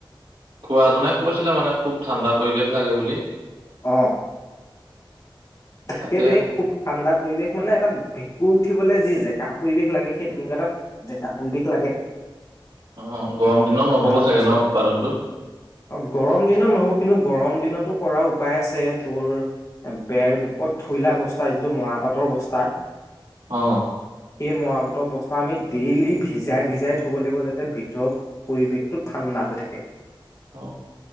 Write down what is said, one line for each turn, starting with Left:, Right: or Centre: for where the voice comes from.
Right: খোৱা জনে কৈছিলে মানে খুব ঠাণ্ডা পৰিবেশ লাগে বুলি
Left: আহ
Right: তাকে
Left: সেইটোয়ে খুব ঠাণ্ডা পৰিৱেশ মানে এটা ভেঁকুৰ উঠিবলৈ যি জেকা পৰিৱেশ লাগে সেই তেনেকুৱা এটা জেকা পৰিৱেশ লাগে
Right: অ গৰম
Left: হ
Right: দিনত নহ'ব
Left: তাৰ
Right: চাগে
Left: পাছত
Right: ন উৎপাদনটো
Left: অ গৰম দিনত নহব কিন্তু গৰম দিনতো কৰা উপায় আছে তোৰ বেৰ কত থুইলা বস্তাৰ যিটো মৰাপাটৰ বস্তাৰ
Right: অ
Left: সেই মৰাপাতৰ বস্তা আমি ডেইলি ভিজাই ভিজাই থ'ব লাগিব যাতে ভিতৰৰ পৰিৱেশটো ঠাণ্ডা হৈ থাকে।
Right: অ